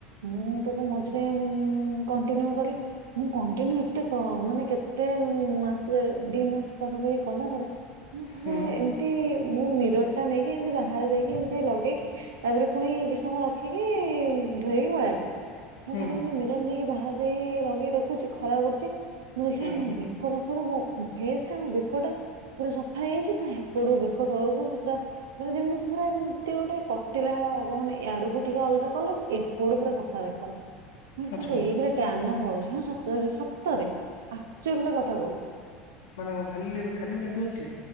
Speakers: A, on the right (about 70°); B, on the left (about 70°).
A: ମୁଁ ତାକୁ ମଝିରେ କଣ୍ଟିନ୍ୟୁ କଲି। ମୁଁ କଣ୍ଟିନ୍ୟୁ ଏତେ କ ମାନେ କେ ତେ ମାସେ ଦିମାସ ପାଖାପାଖି କଲା ପରେ ମୁଁ ଥରେ
B: ହୁଁ।
A: ଏ ଏମତି ମୁଁ ମିରଟଟା ନେଇକି ଏମିତି ବାହାରେ ଯାଇକି ଏମିତି ଲଗେଇକି ତାପରେ ପୁଣି କିଚି ସମୟ ରଖିକି ଧୋଇକି ପଳେଇ ଆସେ। ମୁଁ
B: ହୁଁ
A: ଥରେ ଏମିତି ମିରନ୍ ନେଇକି ବାହାର ଯାଇ ଲଗେଇ ଦେଖୁଛି ଖରାପ ପଡୁଚି ମୁଁ ଦେଖିଲା
B: ହୁଁ
A: ବେଳୁ ମୋ ବେ କ ପାଖରୁ ମୋ ଫେସ୍ ଟା ମ ବେକ ଟା ପୁରା ସଫା ହେଇଯାଇଚି ତା ହେପଡୁ ବେକ ତଳକୁ ସେ ପୁରା ମାନେ ଯେମିତି ପୁରା ଏମିତି ଗୋଟେ କଟିଲା ଭେ ମାନେ ଆଡକୁ ଟିକେ ଅଲଗା କଲର ଏ ପଡ ପୁରା ସଫା ଦେଖା ହଉଚି। <unintelligible>
B: ଆଚ୍ଛା
A: ଏଇଥିରେ ଟାନ ପଳଉଚି ହଁ ସତରେ ସତରେ ଆକଚୁଅଲିର କଥା କହୁଚି।
B: ମାନେ କଣ ଖାଲି ଖାଲି ବିଲାତି ଗସିଲେ?